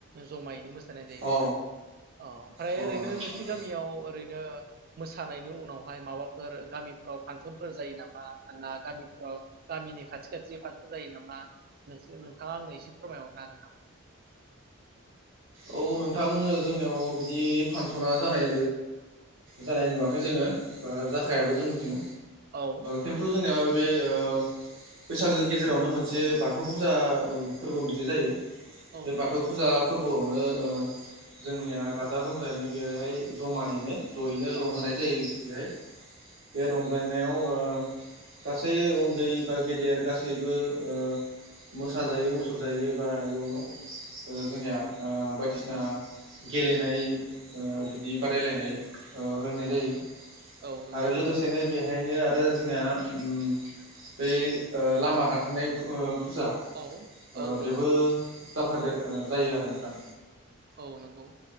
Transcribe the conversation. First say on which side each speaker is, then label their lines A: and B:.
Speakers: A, on the right; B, on the right.
A: जमायैनो मोस सानाय जायो नोंथां।
B: अ
A: अ ओमफ्राय
B: अ
A: ओरैनो
B: अ नंगौ
A: नोंसोर
B: नोंथां
A: गामियाव ओरै नो मोसानायनि उनावहाय माबाफोर गामिफोराव फांसनफोर जायो नामा ना गामिफ्राव गामिनि खाथि खाथि जायो नामा नोंथाङा आंनो एसे फोरमायहरनो हागोन नामा?
B: औ नोंथां जोंनियाव बिदि फांसना जानाय जानाय नुवाखै जोङो बा जाखायाबो जोंनिथिं।
A: औ औ
B: खिन्थु जोंनिया बे ओ बैसागोनि गेजेरावनो मोनसे बाथौ फुजा ओ फोर्बो मोनसे जायो
A: औ
B: बे बाथौ
A: औ नंगौ
B: फुजा फोर्बोआव मो ओ जोंनिया गाजा गोमजायैनो बेहाय जमायैनो जयैनो रंजानाय
A: औ
B: जायो। बेहाय बे रंजानाय नायाव ओ गासै उन्दै बा गेदेर गासैबो ओ मोसा जायो मुसुर जायो बा एउन ओ
A: औ
B: जोंनिया आ बा यदिसिना गेलेनाय ओ
A: औ
B: बिदि बादायलायनाय ओ होनाय जायो।
A: औ नंगौ
B: आरो लोगोसेनो बेहायनो आरो जोंनिया उम बै ओ लामा गाथेनाय फो ओ फुजा
A: औ
B: ओ
A: औ नंगौ
B: बेबो जाफादेर ओ जायो आरो नोंथां।
A: औ नंगौ।